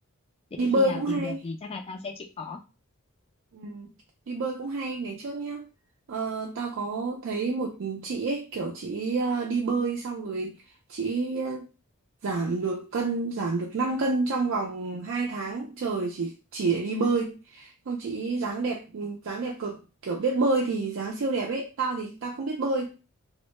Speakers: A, on the left (about 25°); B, on the right (about 55°).
A: để
B: Đi bơi
A: khi nào
B: cũng hay.
A: tìm được thì chắc là tao sẽ chịu khó
B: Ừ. Đi bơi cũng hay ngày trước nhá. Ờ, tao có thấy một chị ấy kiểu chị ờ, đi bơi xong rồi chị giảm được cân giảm được 5 cân trong vòng 2 tháng trời chỉ chỉ để đi bơi không chị ý dáng đẹp dáng đẹp cực kiểu biết bơi thì dáng siêu đẹp ấy tao thì tao không biết bơi